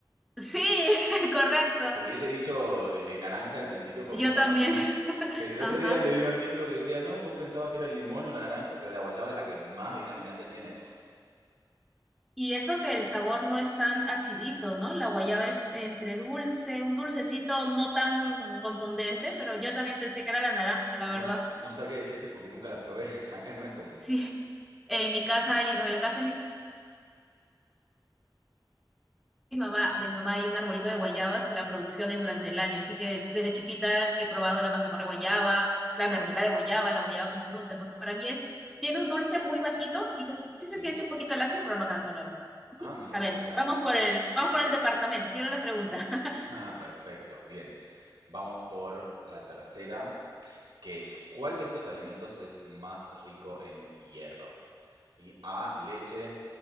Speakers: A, in the centre; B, on the right.
A: Sí, <laughs> correcto.
B: Te hubiese dicho eh, naranja al principio porque
A: Yo
B: es la más
A: también.
B: común, pero el
A: Ajá.
B: otro día leí un artículo que decía, no, vos pensabas que era el limón o la naranja, pero la guayaba es la que más vitamina C tiene.
A: Y eso que el sabor no es tan acidito, ¿no? La guayaba es entre dulce, un dulcecito no tan contundente, pero yo también pensé que era la naranja, la
B: No,
A: verdad.
B: s- no sabría decirte porque nunca la probé, <laughs> acá no es común.
A: Sí. En mi casa, hay- en la casa de mi mi mamá, de mi mamá hay un arbolito de guayabas y la producción es durante el año, así que desde chiquita he probado la mazamorra de guayaba, la mermelada de guayaba, la guayaba como fruta, entonces para mí es, tiene un dulce muy bajito y se, sí
B: Sí.
A: se siente un poquito lacio, pero no tanto, la verdad.
B: Ah, mirá,
A: A
B: que
A: ver,
B: la,
A: vamos por el, vamos por el departamento, quiero la pregunta. <laughs>
B: Ah, perfecto. Bien, vamos por la tercera, que es ¿cuál de estos alimentos es más rico en hierro? ¿Sí? A, leche,